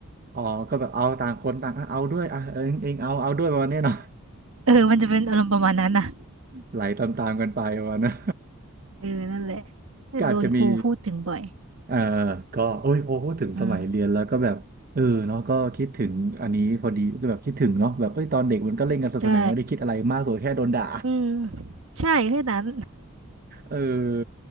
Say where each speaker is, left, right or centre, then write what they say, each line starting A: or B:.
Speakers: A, on the right; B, on the right.
A: อ๋อก็แบบเอาต่างคนต่างอ่ะเอาด้วยอ่ะเองเองเอาเอาด้วยประมาณเนี้ยเนาะ
B: เออมันจะเป็นอารมณ์ประมาณนั้นน่ะ
A: ไหลตามๆกันไปประมาณนะ
B: เออนั่นแหละ
A: <laughs> ก็อาจจะมี
B: โดนครูพูดถึงบ่อย
A: เออก็โอ้ยพอพูดถึงสมัยเรียนแล้วก็แบบเออเนาะก็คิดถึงอันนี้พอดีก็แบบคิดถึงเนาะแบบเอ้ยตอนเด็กมันก็เล่นกันสนุกสนานไม่ได้คิดอะไรมากสุดแค่โดนด่า
B: อืมใช่อืมใช่แค่นั้น
A: เออ